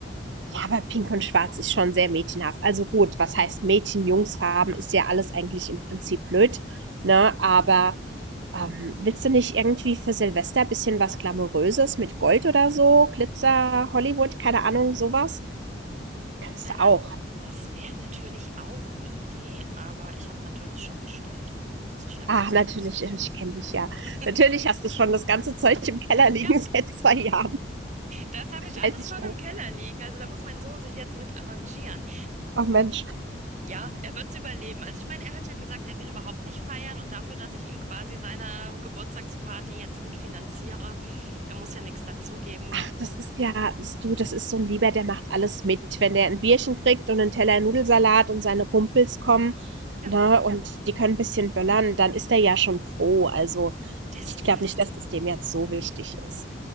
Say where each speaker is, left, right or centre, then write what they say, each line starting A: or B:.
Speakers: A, on the right; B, on the right.
A: Ja, aber pink und schwarz ist schon sehr mädchenhaft. Also gut, was heißt Mädchen-Jungs-Farben ist ja alles eigentlich im Prinzip blöd, ne? Aber ähm, willst du nicht irgendwie für Silvester ein bisschen was Glamouröses mit Gold oder so? Glitzer, Hollywood, keine Ahnung, sowas? Kannst
B: Das wäre
A: du
B: na,
A: auch.
B: das wär natürlich auch eine Idee, aber ich habe natürlich schon bestellt. Muss ich ja
A: Ach,
B: zu.
A: natürlich, äh, ich kenne dich ja.
B: <laughs>
A: Natürlich hast du schon das ganze Zeug im Keller liegen
B: Ja,
A: <laughs> seit zwei Jahren.
B: das habe ich alles
A: Weiß ich
B: schon im
A: noch.
B: Keller liegen. Also da muss mein Sohn sich jetzt mit arrangieren.
A: Ach Mensch,
B: Ja, er wird es überleben. Also ich meine, er hat ja gesagt, er will überhaupt nicht feiern und dafür, dass ich ihm quasi seine Geburtstagsparty jetzt mitfinanziere, er muss ja nichts dazugeben,
A: ach,
B: dann
A: das ist ja, du, das ist so ein Lieber, der macht alles mit. Wenn der ein Bierchen kriegt und einen Teller Nudelsalat und seine Kumpels kommen,
B: genau.
A: ne und die können ein bisschen böllern, dann ist er ja schon froh. Also,
B: Deswegen.
A: ich glaube nicht, dass es dem jetzt so wichtig ist.